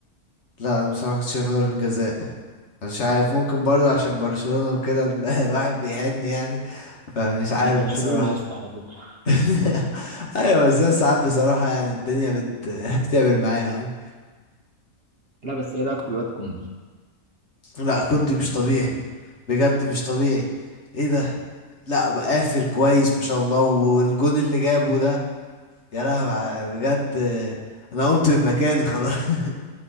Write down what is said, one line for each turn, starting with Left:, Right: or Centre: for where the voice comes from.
Left: لا انا بصراحة كنت شايفها ضربة جزاء مش عارف ممكن برضه عشان برشلونة وكده ال- <laughs> الواحد بيحن يعني فمش عارف
Right: انا برشلوني
Left: بصراحة
Right: يا اسطى على فكرة
Left: <laughs>
Right: <laughs>
Left: ايوه بس ده ساعات بصراحة يعني الدنيا بت... <laughs> بتعمل معايا قوي
Right: لا بس ايه رايك في الواد كوندي
Left: لا كوندي مش طبيعي بجد مش طبيعي ايه ده لا قافل كويس ما شاء الله والجون اللي جابه ده يا لهوي ع- بجد انا قمت من مكاني خلاص <laughs>